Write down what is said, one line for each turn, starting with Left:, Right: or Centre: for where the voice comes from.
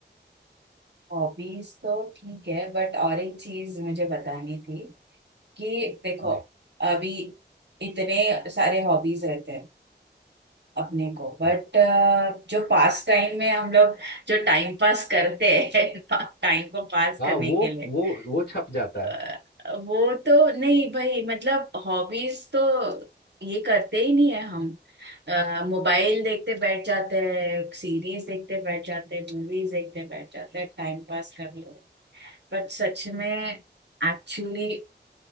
Right: हॉबीज तो ठीक है बट और एक चीज मुझे बतानी थी कि देखो
Left: जी
Right: अभी इतने सारे हॉबीज रहते हैं अपने को बट
Left: जी
Right: जो पास टाइम में हम लोग जो टाइम पास करते हैं <laughs> टाइम को पास
Left: हाँ
Right: करने
Left: वो
Right: के लिए
Left: वो वो छप जाता
Right: अ,
Left: है
Right: वो तो नहीं भाई मतलब हॉबीज तो ये करते ही नहीं है हम मोबाइल देखते बैठ जाते हैं सीरीज देखते बैठ जाते हैं मूवीज देखते बैठ जाते हैं टाइम पास कर लेते हैं बट सच में एक्चुअली